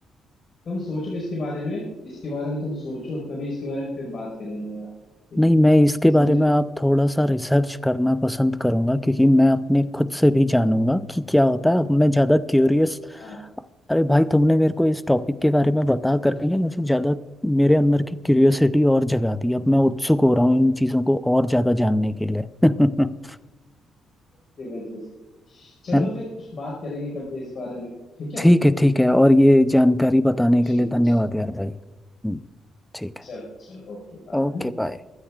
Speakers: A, on the left; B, in the centre.
A: तुम सोचो इसके बारे में इसके बारे में तुम सोचो और कभी इसके बारे में फिर बात करेंगे यार ठीक
B: नहीं
A: है,
B: मैं इसके बारे
A: समझे
B: में आप थोड़ा सा रिसर्च करना पसंद करूंगा क्योंकि मैं अपने खुद से भी जानूंगा कि क्या होता है अब मैं ज़्यादा क्यूरियस
A: हाँ
B: अरे भाई तुमने मेरे को इस टॉपिक के बारे में बता करके ना मुझे ज़्यादा मेरे अंदर की क्यूरियोसिटी और जगा दी अब मैं उत्सुक हो रहा हूँ इन चीज़ों को और ज़्यादा जानने के लिए <laughs>
A: की वजह से चलो
B: है ना
A: फिर बात करेंगे कभी इस बारे में ठीक है
B: ठीक है ठीक है और ये जानकारी बताने
A: ठीक
B: के लिए धन्यवाद
A: है चलो
B: यार भाई हम्म, ठीक है
A: चलो चलो ओके बाय
B: Okay bye